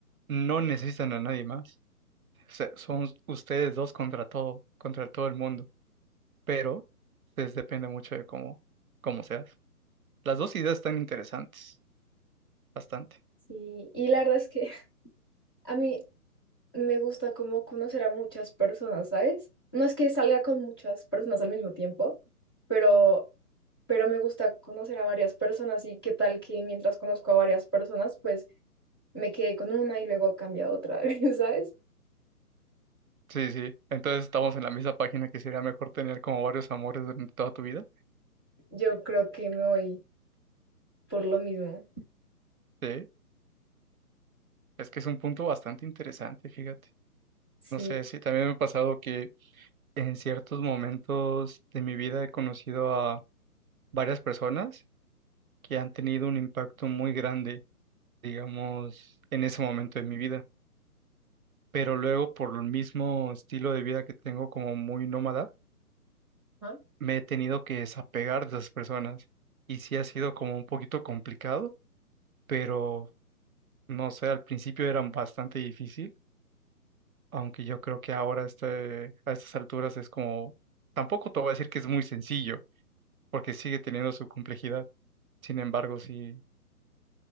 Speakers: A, on the right; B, on the left.
A: no necesitan a nadie más. Se- son ustedes dos contra todo, contra todo el mundo, pero pues, depende mucho de cómo, cómo seas. Las dos ideas están interesantes, bastante.
B: Sí, y la verdad es que <laughs> a mí me gusta como conocer a muchas personas, ¿sabes? No es que salga con muchas personas al mismo tiempo, pero, pero me gusta conocer a varias personas y qué tal que mientras conozco a varias personas, pues me quedé con una y luego cambia a otra, <laughs> ¿sabes?
A: Sí, sí. Entonces estamos en la misma página que sería mejor tener como varios amores durante toda tu vida.
B: Yo creo que me voy por lo mismo.
A: Sí, es que es un punto bastante interesante, fíjate.
B: Sí,
A: No sé, sí, también me ha pasado que en ciertos momentos de mi vida he conocido a varias personas que han tenido un impacto muy grande, digamos, en ese momento de mi vida. Pero luego, por el mismo estilo de vida que tengo como muy nómada,
B: ¿no?
A: me he tenido que desapegar de esas personas. Y sí ha sido como un poquito complicado pero No sé, al principio eran bastante difícil, aunque yo creo que ahora este, a estas alturas es como, tampoco te voy a decir que es muy sencillo, porque sigue teniendo su complejidad. Sin embargo, sí,